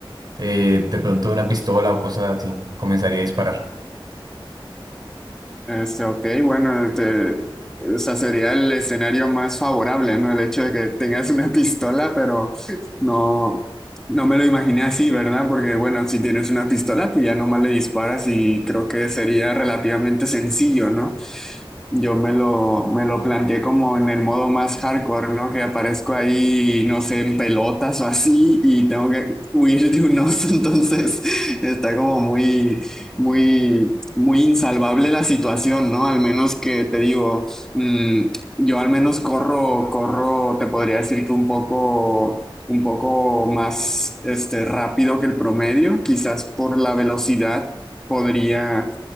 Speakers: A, on the right; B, in the centre.
A: Eh, de pronto una pistola o cosas así, comenzaría a disparar.
B: Este, ok, bueno, te- o sea, sería el escenario más favorable, ¿no? El hecho de que tengas una pistola, pero no, no me lo imaginé así, ¿verdad? Porque, bueno, si tienes una pistola, pues ya nomás le disparas y creo que sería relativamente sencillo, ¿no? Yo me lo, me lo planteé como en el modo más hardcore, ¿no? Que aparezco ahí, no sé, en pelotas o así y tengo que huir de un oso, <laughs> entonces está como muy, muy, muy insalvable la situación, ¿no? Al menos que te digo, mm, yo al menos corro, corro, te podría decir que un poco, un poco más, este, rápido que el promedio, quizás por la velocidad podría...